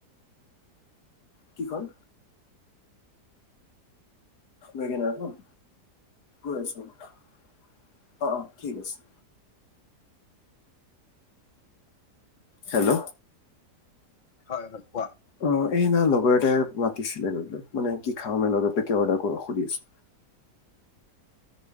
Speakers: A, on the left; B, on the left.
A: কি হ'ল? ৱাগেনাৰখন, গৈ আছোঁ। অ', অ' ঠিক আছে। হেল্ল'।
B: হয় হয়, কোৱা?
A: অ' এই নাই লগৰ এটাই মাতিছিলে, মানে কি খাম এনে কি অৰ্ডাৰ কৰ সুধি আছে।